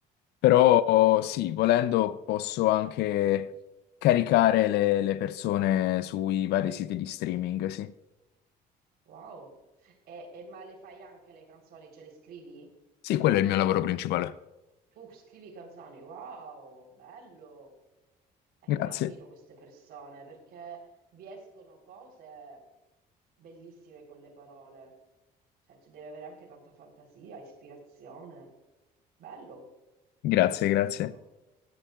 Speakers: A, on the left; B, on the right.
A: Però
B: Ah,
A: sì, volendo posso anche caricare le, le persone sui vari siti di streaming, sì.
B: wow. E, e ma le fai anche le canzoni, ce le scrivi?
A: Sì, quello è il mio lavoro principale.
B: Tu scrivi canzoni, wow, bello. Eh,
A: Grazie,
B: io ammiro queste persone perché vi escono cose bellissime con le parole. Cioè, ci devi avere anche tanta fantasia, ispirazione. Bello,
A: grazie,
B: bellissimo.
A: grazie.